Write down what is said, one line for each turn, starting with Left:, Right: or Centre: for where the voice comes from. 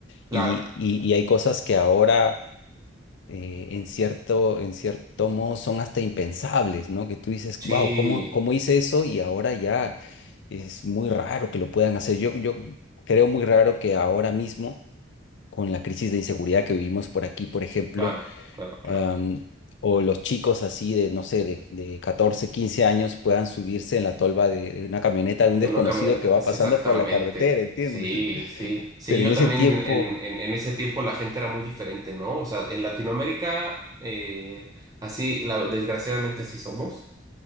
Left: Y,
Right: Claro,
Left: y, y hay cosas que ahora, eh, en cierto, en cierto modo, son hasta impensables, ¿no? Que tú dices,
Right: sí,
Left: wow, ¿cómo, cómo hice eso? Y ahora ya es muy raro que lo puedan hacer. Yo, yo creo muy raro que ahora mismo, con la crisis de inseguridad que vivimos por aquí, por ejemplo,
Right: claro, claro, claro.
Left: am, o los chicos así de, no sé, de, de 14, 15 años puedan subirse en la tolva de, de una camioneta de un
Right: De
Left: desconocido
Right: una camioneta,
Left: que va
Right: es
Left: pasando
Right: exactamente.
Left: por la carretera, ¿entiendes?
Right: Sí,
Left: <laughs>
Right: sí. Sí,
Left: Pero
Right: yo
Left: en ese
Right: también
Left: tiempo,
Right: en, en, en ese tiempo la gente era muy diferente, ¿no? O sea, en Latinoamérica, eh, así, la- desgraciadamente así somos.